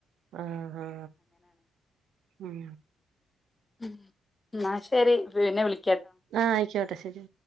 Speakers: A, on the right (about 75°); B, on the left (about 20°).
A: ആ ആ ഉം
B: ഉ ഇന്നാ ശെരി പിന്നെ വിളി
A: ആ അയിക്കോട്ടെ ശെരി